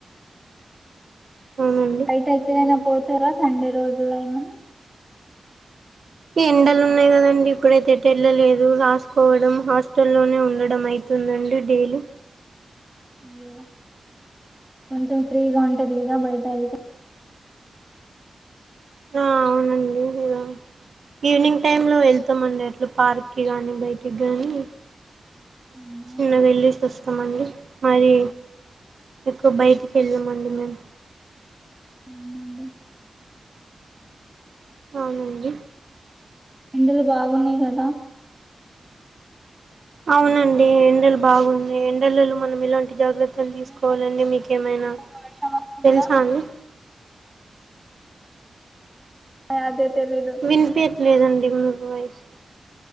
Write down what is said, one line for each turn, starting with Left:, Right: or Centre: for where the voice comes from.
Right: అవునండి.
Centre: బయటైతే అనం పోతారా సండే రోజుల్లో అయినా
Right: ఎండలు ఉన్నాయి కదండి ఇప్పుడైతే ఎటుఎల్లలేదు రాసుకోవడం హాస్టల్లోనే ఉండడం అయితుందండి డైలీ
Centre: అయ్యో కొంచెం ఫ్రీగా పెరిగిదా బయట అంతా
Right: ఆ అవునండి ఇలా ఈవినింగ్ టైంలో వెళ్తామండి అట్లా పార్క్కి కానీ బయటికి కానీ
Centre: అవునా
Right: చిన్నగా వెళ్ళిసి వస్తామండి మరి ఎక్కువ బయటికి వెళ్ళమండి మేము
Centre: అవునండి
Right: అవునండి
Centre: ఎండలు బాగున్నాయి కదా
Right: అవునండి ఎండలు బాగున్నాయి ఎండలలో మనం ఇలాంటి జాగ్రత్త ఎలా తీసుకోవాలండి
Centre: మీ
Right: మీకేమైన
Centre: సైడ్ వర్షం వస్తుందా
Right: తెలుసా అండి
Centre: అదే తెలీదు
Right: వినిపియట్లేదండి వాయిస్